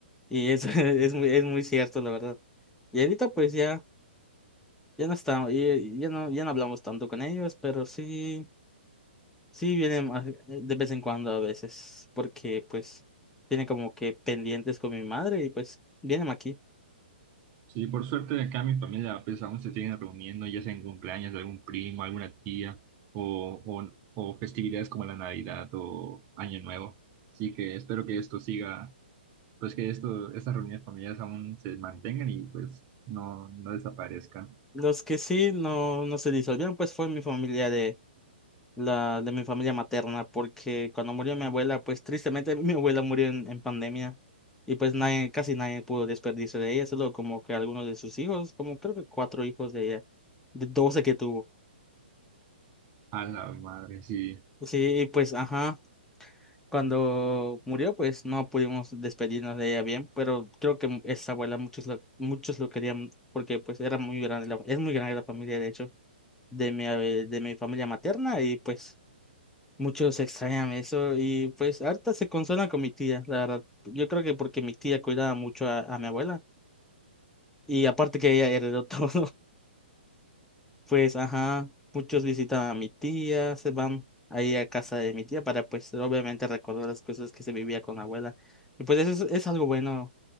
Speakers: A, in the centre; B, on the right (about 30°).
A: Y eso <laughs> es muy, es muy cierto, la verdad. Y ahorita pues ya, ya no estamos, y- ya no, ya no hablamos tanto con ellos, pero sí, sí vienen a- de vez en cuando a veces, porque pues tienen como que pendientes con mi madre y pues vienen aquí.
B: Sí, por suerte acá mi familia pues aún se siguen reuniendo, ya sea en cumpleaños de algún primo, alguna tía o, o, o festividades como la Navidad o Año Nuevo. Así que espero que esto siga pues que esto, estas reuniones familiares aún se mantengan y pues no, no desaparezcan.
A: Los que sí no, no se disolvieron, pues fue mi familia la de mi familia materna, porque cuando murió mi abuela, pues tristemente <laughs> mi abuela murió en, en pandemia y pues nadie, casi nadie pudo despedirse de ella, solo como que algunos de sus hijos, como creo que cuatro hijos de ella, de 12 que tuvo.
B: A la madre, sí,
A: Sí, y pues ajá, cuando murió, pues no pudimos despedirnos de ella bien, pero creo que esa abuela muchos lo, muchos lo querían porque pues era muy grande, la- es muy grande la familia de hecho, de mi, eh, de mi familia materna y pues Muchos extrañan eso y pues harta se consuela con mi tía, la verdad. Yo creo que porque mi tía cuidaba mucho a, a mi abuela y aparte que ella heredó <laughs> todo, pues ajá, muchos visitan a mi tía, se van ahí a casa de mi tía para pues obviamente recordar las cosas que se vivía con la abuela. Y pues eso es, es algo bueno,